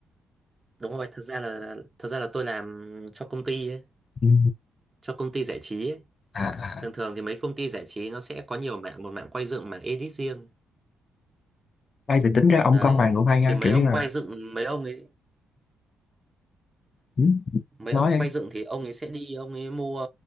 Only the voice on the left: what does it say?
ừ.
à à
hay thì tính ra ông
con bài ngủ hay ha
kiểu
như là
ừ,
nói
đi